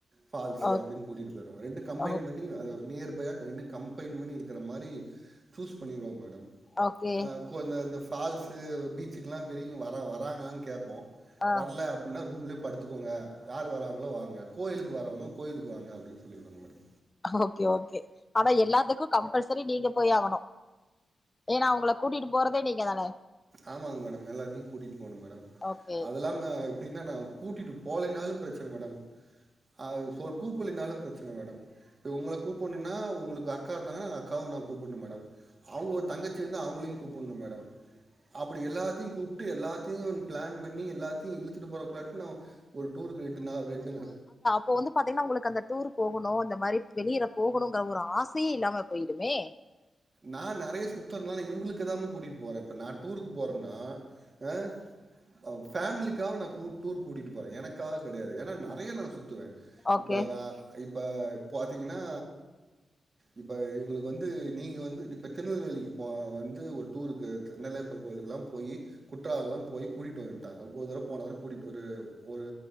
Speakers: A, on the right; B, on the left.
A: ஃபால்ஸ்ஸு
B: ஓ
A: அப்டின் கூட்டிட் போயிர்னு ரெண்டு கம்பைன்
B: ஓ
A: பண் ணி அது நியர்பையா ரெண்டு கம்பைன் பண்ணிருக்கற மாரி சூஸ் பண்ணிருவ மேடம்
B: ஓகே
A: அ கொ இந்த இந்த ஃபால்ஸு பீச்சுக்லா பெரியவ்ங்க வர வராங்ளான் கேப்போ
B: ஆ
A: வர்ல அப்டினா ரூம்லே படுத்துக்கோங்க யார் வராங்களோ வாங்க கோயிலுக்கு வரவுங்க கோயிலுக்கு வாங்க அப்டின் சொல்லிருவன் மேடம்
B: ஓகே ஓகே ஆனா எல்லாத்துக்கு கம்பல்சரி நீங்க போயாகணு ஏன்னா அவுங்கள கூட்டிட்டு போறதே நீங்க தான
A: ஆமாங் மேடம் எல்லாத்தையும் கூட்டிட்டு போணும் மேடம்
B: ஓகே
A: அதுல்லாம அப்டின்னா நா கூட்டிட்டு போலேனாலும் பிரச்சன மேடம் அ சோ கூப்புலினாலு பிரச்சன மேடம் இப்ப உங்கள கூப்புன்னுன்னா உங்குளுக்கு அக்கா இருந்தாங்கன்னா அக்காவு நா கூப்புன்னு மேடம் அவுங்க ஒரு தங்கச்சி இருந்தா அவுங்களையு கூப்புன்னு மேடம் அப்டி எல்லாத்தையு கூப்ட்டு எல்லாத்தையு ப்ளான் பண்ணி எல்லாத்தையு இழுத்துட்டு போறக்குள்ளாட்டி நா ஒரு டூருக்கு எட்டு நாள் ரெண்ட்டுங்க
B: இப்ப வந்து பாத்தீங்ன்னா உங்குளுக்கு அந்த டூர்ரு போகணும் இந்த மாரி வெளியில போகணுங்குற ஒரு ஆசையே இல்லாம போய்டுமே
A: நா நெறைய சுத்தர்னால இவுங்குளுக்கு தாம கூட்டிட் போற இப்ப நா டூருக்கு போறன்னா அ அ ஃபேமிலிக்காவ நா கு டூர் கூட்டிட்டு போறே எனக்காக கெடையாது ஏனா நெறைய நா சுத்துவ
B: ஓகே
A: இப்ப நா இப்ப பாத்தீங்ன்னா இப்ப இவுங்குளுக்கு வந்து நீங்க வந்து இப்ப திருநெல்வேலிக்கு போ வந்து ஒரு டூருக்கு நெல்லையப்பர் கோயிலுக்லா போயி குற்றால்லாம் போயி கூட்டிட்டு வந்ட்டாங்க ஒரு தடவ போன கூட்டிட்டு போ ஒரு ஒரு